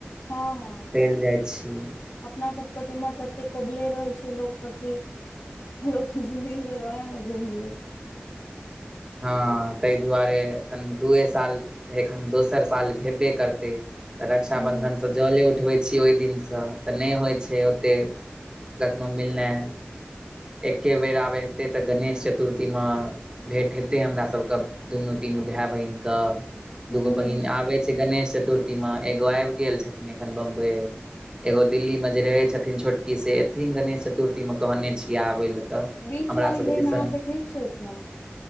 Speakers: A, on the left (about 80°); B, on the right (about 20°).
A: हँ हँ
B: चलि जाइ छियै
A: अपना सबके तऽ इम्हर तऽ एते कोबले रहै छै लोकके क लोक जिन्दगी भइर ओहय में घुइम लेत
B: हँ तहि दुआरे एखन दूए साल एक हम दोसर साल भेबे करते तऽ रक्षा
A: हूँ
B: बंधन से जले उ उठबै छी ओइ दिनसँ तऽ नय होइ छै ओतेक कखनो मिलनाइ एके बेर आब हेतै तऽ गणेश चतुर्थी मं भेंट हेतै हमरा सबके दुनू तीनू भय बहिनक
A: हूँ
B: दू गो
A: हूँ
B: बहिन आबै छय गणेश चतुर्थीमे एगो आइब गेल छथिन एखन बम्बई एगो दिल्ली में जे रहै छथिन छोटकी से एथिन गणेश चतुर्थीमे कहने छियै आबय लेए तऽ
A: बीच
B: हमरा
A: वाली
B: सभके
A: बहिन
B: दिसन
A: अहाँके ठीक छइथ ने